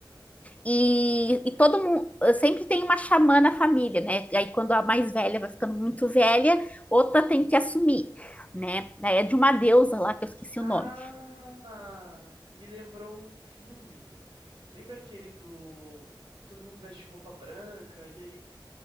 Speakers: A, on the left (about 15°); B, on the right (about 80°).
A: E, e todo mundo sempre tem uma xamã na família, né? Aí quando a mais velha vai ficando muito velha, outra tem que assumir, né? Daí é de uma deusa lá que eu esqueci
B: Ah,
A: o nome.
B: me lembrou um filme. Lembra aquele do Todo mundo veste roupa branca e aí